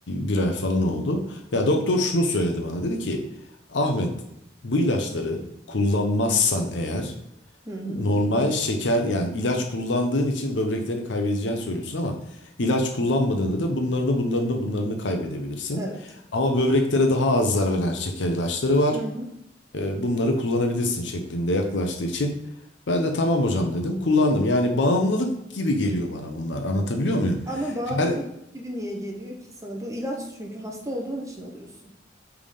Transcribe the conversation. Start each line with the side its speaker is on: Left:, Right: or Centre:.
Left: bir ay falan oldu. Ya doktor şunu söyledi bana. Dedi ki Ahmet bu ilaçları kullanmazsan eğer
Right: Hı hı.
Left: normal şeker yani ilaç kullandığın için böbreklerini kaybedeceğini söylüyorsun ama ilaç kullanmadığında da bunlarını bunlarını bunlarını kaybedebilirsin.
Right: Evet.
Left: Ama böbreklere daha az zarar veren şeker ilaçları var.
Right: Hı hı.
Left: E, bunları kullanabilirsin şeklinde yaklaştığı için ben de tamam hocam dedim. Kullandım. Yani bağımlılık gibi geliyor bana bunlar. Anlatabiliyor muyum?
Right: Ama bağımlılık
Left: Her
Right: gibi niye geliyor ki sana? Bu ilaç çünkü hasta olduğun için alıyorsun.